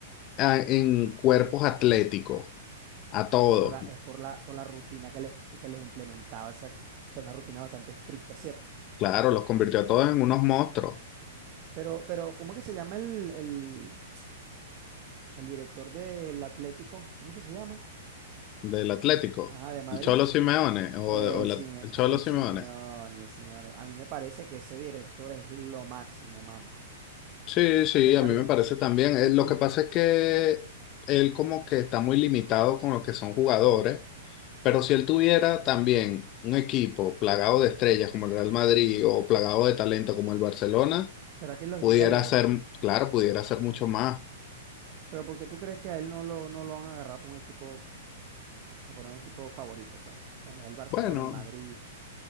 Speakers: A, on the left; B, on the right.
A: ah, en cuerpos atléticos, a todos.
B: pero es por la, es por la, por la rutina que les, que les implementaba esa, o sea, una rutina bastante estricta, ¿cierto?
A: Claro, los convirtió a todos en unos monstruos
B: Pero, pero, ¿cómo es que se llama el, el- el director del Atlético, ¿cómo que se llama?
A: del Atlético.
B: Ajá, de Madrid.
A: El Cholo Simeone, o,
B: El
A: o el,
B: Sime,
A: At- el Cholo
B: el
A: Simeone.
B: Simeone, el Simeone. A mí me parece que ese director es lo máximo, mano.
A: Sí, sí,
B: ¿Qué te
A: a
B: parece?
A: mí me parece también.
B: ¿Y
A: Eh,
B: a
A: Lo
B: ti?
A: que pasa es que él como que está muy limitado con lo que son jugadores, pero si él tuviera también un equipo plagado de estrellas como el Real Madrid o plagado de talento como el Barcelona,
B: ¿Será que los
A: pudiera
B: llega lejos?
A: ser, claro, pudiera ser mucho más.
B: Pero porque tú crees que a él no lo, no lo han agarrado por un equipo, o sea, por un equipo favorito, pues, como lo es el Barcelona,
A: Bueno,
B: el Madrid.